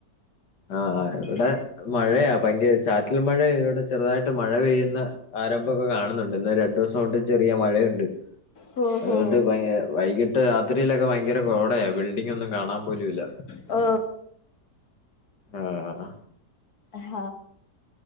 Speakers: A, on the left; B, on the left.
A: ആ ആ ഇവിടെ മഴയ ഭയങ്കര ചാറ്റൽ മഴ ഇവിടെ ചെറുതായിട്ട് മഴ പെയ്യുന്ന ആരംഭമൊക്കെ കാണുന്നുണ്ട് ഇന്ന് രണ്ടു ദിവസം കൊണ്ട് ചെറിയ മഴയുണ്ട്
B: ഹോ
A: അതുകൊണ്ട്
B: ഹോ
A: വൈകിട്ട് രാത്രിയിലൊക്കെ ഭയങ്കര കോടയാ ബിൽഡിംഗ്‌ ഒന്നും കാണാൻ പോലുംല്ല
B: ഓ
A: ആഹ
B: ഹ